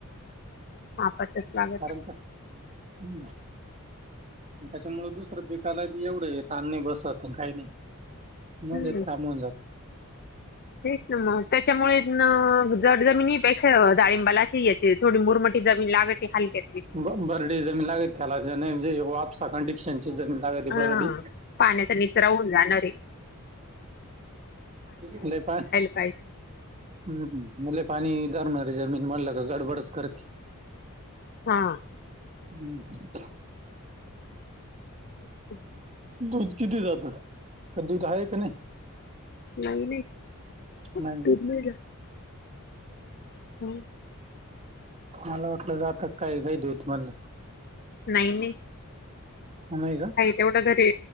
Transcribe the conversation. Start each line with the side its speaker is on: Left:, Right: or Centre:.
Left: हा पच लाग
Right: कारर का ह् त्याच्यामुळेळ दुसरं पिकाला बी एवढं येत आण्ही बसत काही नाही मज
Left: हम्म
Right: येत काम होऊन जातं
Left: तेच ना मग त्याच्यामुळे जड जमिनीपेक्षा डाळिंबाला अशी याचे थोडी मोरमठी जमीन लागत हलकेत
Right: बर्डी जमीन लागत त्याला नाही म्हणजे वापसा कंडिक्शनची जमीन लागय
Left: हा
Right: बर्डी
Left: पाण्याचा निचरा होऊन जाणार आहे
Right: म् पय
Left: का
Right: हम् मुले पाणीधरणारे जमीन मला का गडबडच करते
Left: हा
Right: हम्म
Left: अच्छा
Right: दूध किती जात तर दूध आहेा का नाही
Left: नंग नाही
Right: नाही का
Left: दुर्मला हो
Right: मला वाटलं जात काही काही देऊ तमला
Left: नाही नाही
Right: हग
Left: तेवढ घरी